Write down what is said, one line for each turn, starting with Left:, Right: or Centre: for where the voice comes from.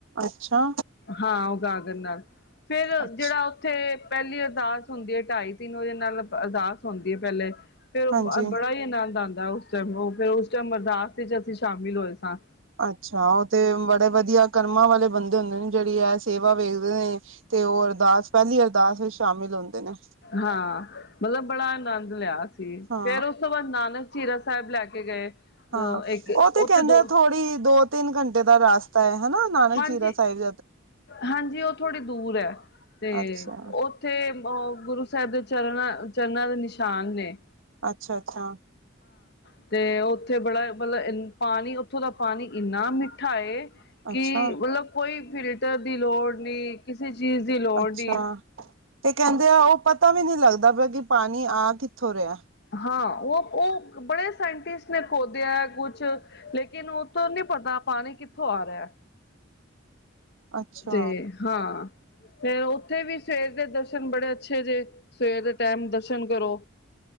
Right: ਅੱਛਾ!
Left: ਹਾਂ ਉ ਗਾਗਣ ਨਾਲ ਫੇਰ
Right: ਅੱਛਾ
Left: ਜਿਹੜਾ ਉੱਥੇ ਪਹਿਲੀ ਅਰਦਾਸ ਹੁੰਦੀ ਐ-ਢਾਈ ਤਿੰਨ ਵਜੇ ਨਾਲ ਅਰਦਾਸ ਹੁੰਦੀ ਪੈਲੇ ਫੇਰ
Right: ਹਾਂਜੀ
Left: ਬੜਾ ਈ ਆਨੰਦ ਆਂਦਾ ਉਸ ਟਾਈਮ ਉਹ ਫਿਰ ਉਸ ਟਾਈਮ ਅਰਦਾਸ ਵਿੱਚ ਅਸੀਂ ਸ਼ਾਮਿਲ ਹੋਏ ਸਾਂ।
Right: ਅੱਛਾ! ਉਹ ਤੇ ਬੜੇ ਵਧੀਆ ਕਰਮਾਂ ਵਾਲੇ ਬੰਦੇ ਹੁੰਦੇ ਨੇ ਜਿਹੜੀ ਐ ਸੇਵਾ ਵੇਖਦੇ ਨੇ। ਤੇ ਉਹ ਅਰਦਾਸ ਪਹਿਲੀ ਅਰਦਾਸ ਵਿਚ ਸ਼ਾਮਿਲ ਹੁੰਦੇ ਨੇ।
Left: ਹਾਂ ਮਤਲਬ ਬੜਾ ਆਨੰਦ ਲਿਆ ਸੀ
Right: ਹਾਂ
Left: ਫੇਰ ਉਸ ਤੋਂ ਬਾਅਦ ਨਾਨਕ ਝੀਰਾ ਸਾਹਿਬ ਲੈ ਕੇ ਗਏ। ਅ
Right: ਹਾ
Left: ਇੱਕ
Right: ਉਹ ਤੇ
Left: ਉੱਥੇ
Right: ਕਹਿੰਦੇ
Left: ਦੋ
Right: ਆ ਥੋੜ੍ਹੀ ਦੋ-ਤਿੰਨ ਘੰਟੇ ਦਾ ਰਾਸਤਾ ਐ। ਨਾਨਕ
Left: ਹਾਂਜੀ
Right: ਝੀਰਾ ਸਾਹਿਬ
Left: ਹਾਂਜੀ, ਉਹ ਥੋੜ੍ਹੀ ਦੂਰ ਐ ਤੇ
Right: ਅੱਛਾ
Left: ਉੱਥੇ ਉਹ ਗੁਰੂ ਸਾਹਿਬ ਦੇ ਚਰਨਾਂ -ਚਰਨਾਂ ਦੇ ਨਿਸ਼ਾਨ ਨੇ।
Right: ਅੱਛਾ! ਅੱਛਾ!
Left: ਅਤੇ ਉੱਥੇ ਬੜਾ ਮਤਲਬ ਐਨ ਪਾਣੀ ਉੱਥੋਂ ਦਾ ਪਾਣੀ ਇੰਨਾ ਮਿੱਠਾ ਐ ਕਿ
Right: ਅੱਛਾ
Left: ਮਤਲਬ ਕੋਈ ਫਿਲਟਰ ਦੀ ਲੋੜ ਨੀ ਕਿਸੇ ਚੀਜ਼ ਦੀ ਲੋੜ
Right: ਅੱਛਾ!
Left: ਨੀ
Right: ਤੇ ਕਹਿੰਦੇ ਆ ਉਹ ਪਤਾ ਵੀ ਨੀ ਲੱਗਦਾ ਪਿਆ ਕਿ ਪਾਣੀ ਆ ਕਿੱਥੋਂ ਰਿਹਾ।
Left: ਹਾਂ! ਉਹ-ਉਹ ਬੜੇ ਸਾਇੰਟਿਸਟ ਨੇ ਖੋਦਿਆ ਕੁਛ ਲੇਕਿਨ ਉਥੋਂ ਨੀ ਪਤਾ ਪਾਣੀ ਕਿੱਥੋਂ ਆ ਰਿਹਾ?
Right: ਅੱਛਾ
Left: ਤੇ ਹਾਂ ਫੇਰ ਓ ਉੱਥੇ ਵੀ ਸਵੇਰ ਦੇ ਦਰਸ਼ਨ ਬੜੇ ਅੱਛੇ ਜੇਹੇ। ਸਵੇਰ ਦੇ ਟਾਈਮ ਦਰਸ਼ਨ ਕਰੋ।